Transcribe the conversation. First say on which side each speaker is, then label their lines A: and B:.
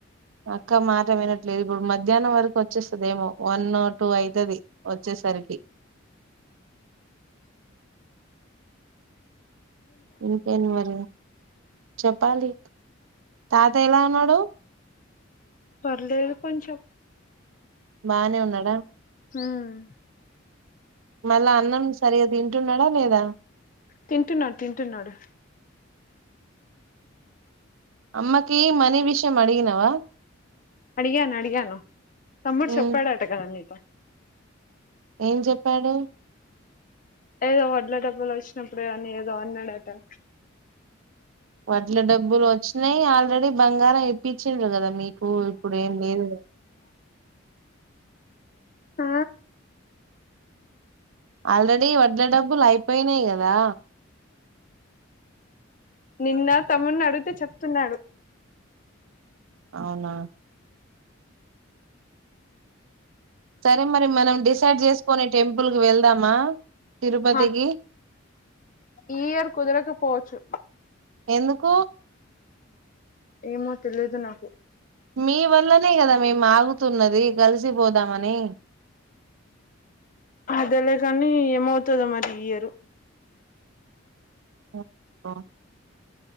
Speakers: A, on the right; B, on the left.
A: అక్క మాట వినట్లేదు ఇప్పుడు మధ్యాహ్నం వరకు వచ్చేస్తద ఏమో వన్ టూ అయితది వచ్చేసరికి ఇంకేంటి మరి చెప్పాలి తాత ఎలా ఉన్నాడ్
B: పర్లేదు కొంచెం
A: బానే ఉన్నాడా
B: హ్మ్
A: మళ్ళా అన్నం సరిగా తింటున్నాడా లేదా
B: తింటున్నాడు తింటున్నాడు
A: అమ్మకి మనీ విష్ <unintelligible> అడిగినవా
B: అడిగాను అడిగాను తమ్ముడు
A: ఉమ్,
B: చెప్పాడట కదా నీతో
A: ఏం చెప్పాడు.
B: ఏదో వడ్ల డబ్బులు వచ్చినప్పుడు అని ఏదో అన్నాడట.
A: వడ్ల డబ్బులు వచ్చినాయి ఆల్రెడీ బంగారం ఇప్పించ ఇచ్చిండు కదా మీకు ఇప్పుడు ఏం లేదు
B: ఆ
A: ఆల్రెడీ వడ్ల డబ్బులు అయిపోయినాయి కదా.
B: నిన్న తమ్మున్ని అడిగితే చెప్తున్నాడు.
A: అవునా సరే మరి మనం డిస్ స్కస్ చేసుకోని టెంపుల్ కి వెళ్దామా తిరుపతికి
B: హ ఈ ఇయర్ కుదరకపోవచ్చు
A: ఎందుకు
B: ఏమో తెలిదు నాకు
A: మీ వల్లనే కదా మేము ఆగుతున్నది కలిసిపోదామని
B: అదేలే కాని ఏమవుతదో మరి ఈ ఇయరు
A: ఓ